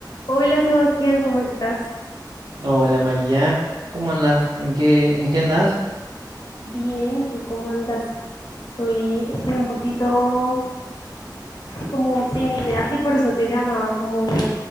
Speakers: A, on the left; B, on the right.
A: Hola Sebastián, ¿cómo estás?
B: Hola María, ¿cómo andas? ¿En qué, en qué andas?
A: Bien, ¿y tú cómo andas? Estoy, estoy un poquito como sin ideas y por eso te llamaba como